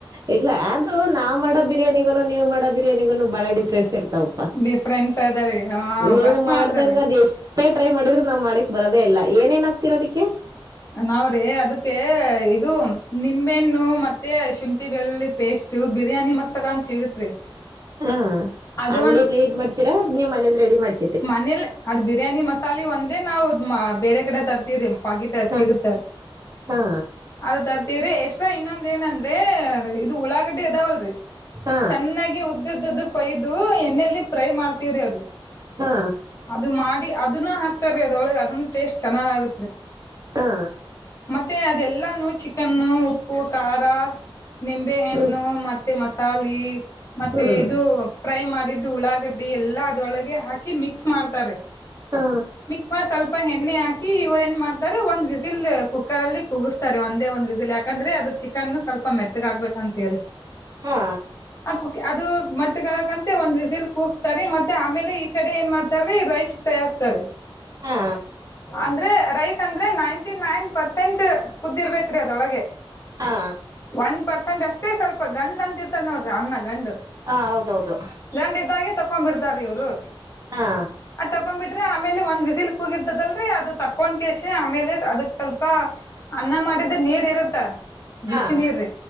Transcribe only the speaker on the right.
ಇಲ್ಲ ಅದು ನಾವ್ ಮಾಡ ಬಿರಿಯಾನಿಗನು ನೀವು ಮಾಡೋ ಬಿರಿಯಾನಿಗೂ ಬಾಳ ಡಿಫ್ರೆನ್ಸ್ ಇರ್ತಾವ.
ನೀವು
ಮಾಡ್ದಂಗ
ಅದ್ ಎಷ್ಟು ಎಷ್ಟೇ ಟ್ರೈ ಮಾಡಿದ್ರರು ನಾವ್ ಮಾಡಕ್ ಬರದೇ ಇಲ್ಲ ಏನೇನ ಹಾಕ್ತೀರಾ ಅದಕ್ಕೆ?
ಹಾ
ಅಂಗಡಿ ಎಲ್ಲ ಇದ ಮಾಡ್ತೀರಾ ನೀವ್ ಮನೇಲಿ ರೆಡಿ ಮಾಡ್ತ
ಹ
ಹಾ
ಹಾ
ಹಾ.
ಹಾ.
ಹ್ಮ್
ಹ್ಮ್
ಹ.
ಹಾ ಹಾ
ಹಾ.
ಹಾ.
ಹ ಹೌದೌದು.
ಹಾ.
ಹಾ